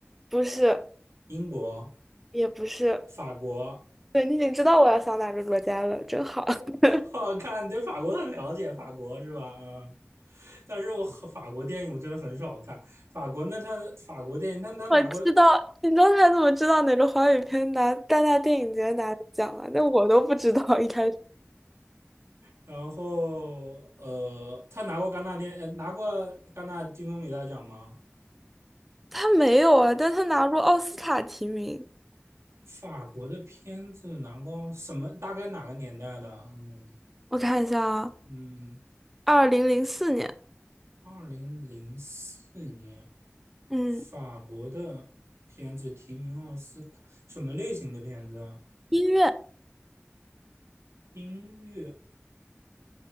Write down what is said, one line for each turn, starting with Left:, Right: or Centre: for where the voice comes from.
Centre: 不是，
Right: 英国、
Centre: 也不是。
Right: 法国。
Centre: 对，你已经知道我要想哪个国家了，真好。<laughs>
Right: <laughs> 哦，看来你对法国很了解，法国是吧？嗯，但是我和法国电影我真的很少看。法国，那他法国电影，但他拿过，
Centre: 我知道，你刚才怎么知道哪个华语片拿戛纳电影节拿了奖了？那我都不知道一开始。
Right: 然后呃，他拿过戛纳电，呃，拿过戛纳金棕榈大奖吗？
Centre: <laughs> 他没有啊，但他拿过奥斯卡提名。
Right: 法国的片子拿过什么？大概哪个年代的？嗯
Centre: 我看一下啊，
Right: 嗯，
Centre: 二零零四年，
Right: 二零零四年，
Centre: 嗯，
Right: 法国的片子提名奥斯卡，什么类型的片子啊？
Centre: 音乐
Right: 音乐，